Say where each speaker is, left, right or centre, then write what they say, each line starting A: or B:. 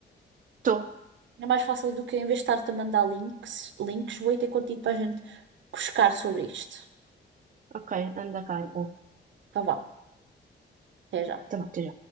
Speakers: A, on the right; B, on the right.
A: Estou.
B: É mais fácil do que eu investar-te a mandar links. Links, vou ir ter contigo para a gente cuscar sobre isto.
A: Ok, anda cá. Então,
B: Então vá, até já.
A: Tá